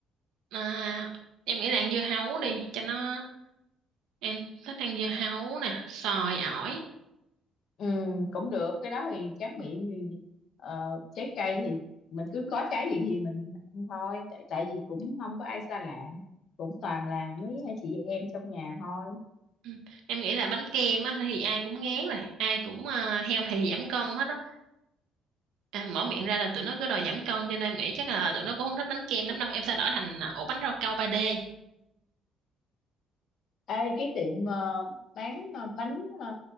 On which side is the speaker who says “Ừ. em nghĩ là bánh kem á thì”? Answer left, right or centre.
Right